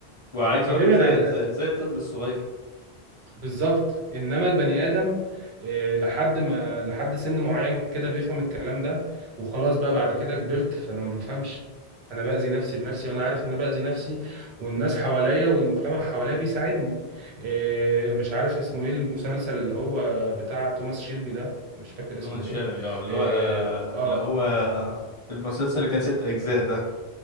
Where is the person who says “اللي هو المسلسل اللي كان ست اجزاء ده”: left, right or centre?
Left